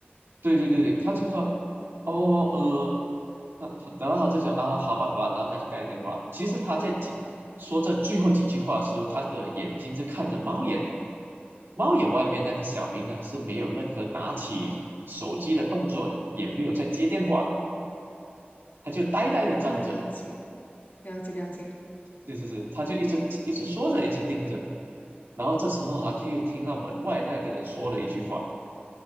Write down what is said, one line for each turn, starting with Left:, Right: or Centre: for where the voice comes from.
Right: 对对对对，他就说：“哦呃，他他，然后他就讲啊，好吧好吧，然后他就挂电话。其实他在讲说这最后几句话的时候，他的眼睛是看着猫眼的。猫眼外面那个小明呢是没有任何拿起手机的动作的，也没有在接电话。”他就呆呆的站着，
Left: 哦，了解，了解，了解。
Right: 就是是，他就一直一直说着，一直盯着。然后这时候他听听到门外那个人说了一句话，